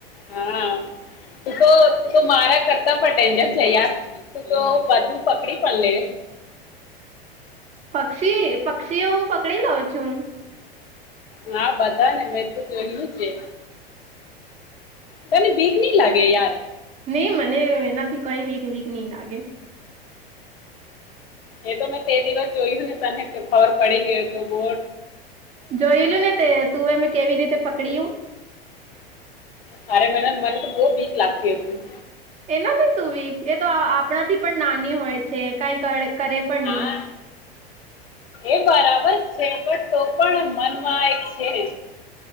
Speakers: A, on the left (about 65°); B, on the right (about 20°).
A: હા શ તો તું તો માારા કરતા પણ ડેનજર છે યાર તું તો બધું પકડી પણ લે.
B: પક્ષી પક્ષીઓ હું પકડી લઉં છું.
A: હા બધા ને મે જોયલુ છે. તને બીક નહી લાગે યાર.
B: નહી મને એનાથી કઈ બીક વીક નહી લાગે.
A: એ તો મેં તે દિવસ જોયું ને તને તો ખબર પડી ગયો તો બો
B: જોયેલું ને તે તુંમે કેવી રીતે પકડીું.
A: તરે મને મને તો બહ વીક લાગતી હતી.
B: એનાથી સુું બીક એ તો આપણાથી પણ નાની હોય છે કઈક કરે પણ નહી.
A: હા એ બરાબર છે. પણ તો પણ મનમાં એક છે.